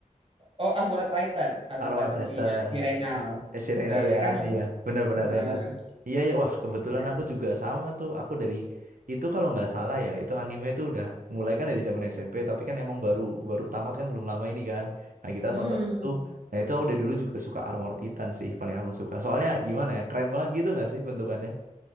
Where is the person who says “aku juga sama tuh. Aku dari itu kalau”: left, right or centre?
Right